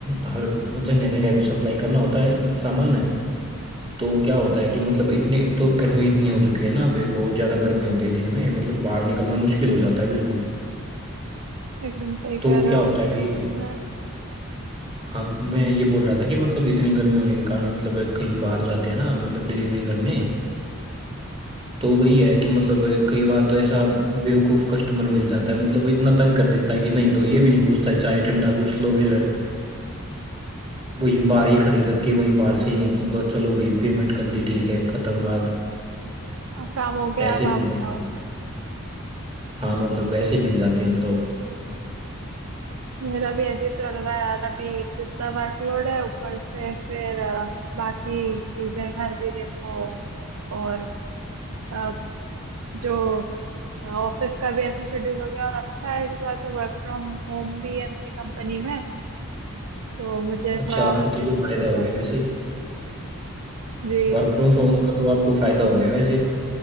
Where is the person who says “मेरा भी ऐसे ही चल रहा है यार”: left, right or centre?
Right